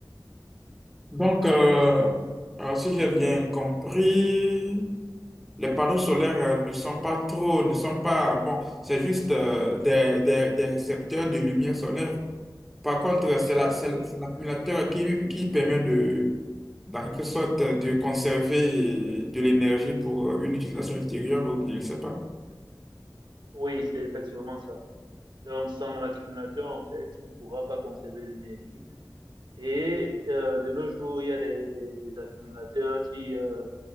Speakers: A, in the centre; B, on the right.
A: Donc, euh, euh, si j'ai bien compris, Les panneaux solaires euh, ne sont pas trop, ne sont pas, bon, c'est juste euh, des, des- des récepteurs de lumière solaire. Par contre, euh, c'est la- c'est
B: Oui.
A: c'est l'accumulateur qui, qui permet de, dans quelque sorte, euh, de conserver de l'énergie pour euh, une utilisation ultérieure ou je ne sais pas.
B: Oui, c'est effectivement ça. Donc, sans l'accumulateur, en fait, tu ne pourras pas conserver l'énergie. Et euh, de nos jours, il y a des, des, des accumulateurs qui, euh,